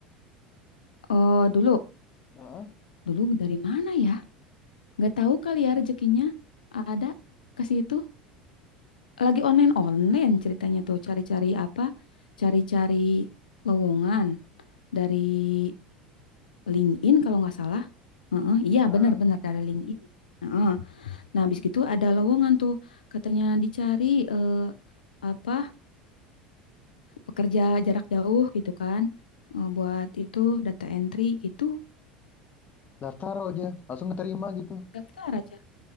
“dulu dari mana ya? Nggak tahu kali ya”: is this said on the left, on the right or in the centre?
Left